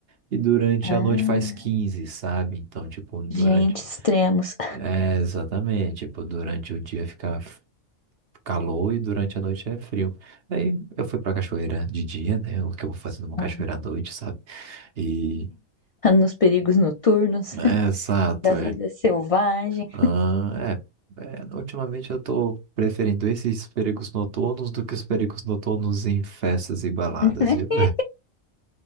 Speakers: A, on the right (about 55°); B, on the left (about 65°).
A: e durante
B: Ah,
A: a noite faz 15 sabe? Então, tipo, durante...
B: gente, extremos.
A: É, exatamente, tipo, durante o dia fica f- calor e durante a noite é frio. Aí eu fui pra cachoeira de dia, né? O que eu vou fazer numa
B: <laughs>
A: cachoeira à noite, sabe? E...
B: Nos perigos noturnos,
A: É,
B: <laughs>
A: exato.
B: da vida selvagem.
A: Ah, é, É, Ultimamente eu tô preferindo esses perigos noturnos do que os perigos noturnos em festas e baladas,
B: <laughs>
A: viu?